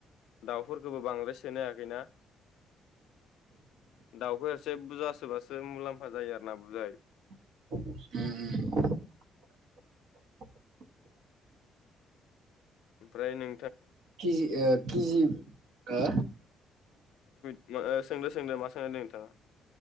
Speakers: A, on the left; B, on the right.
A: दावफोरखौबो बांद्राय सिनायाखैना? दावखौ एसे बुजा सोबासो बो मुलाम्फा जायो आरो ना बुजाय।
B: उम।
A: ओमफ्राय नों
B: खिजि ओ खिजि ओ
A: मा ओ सोंदो सोंदो मा सोंनो नागिरदों नोंथाङा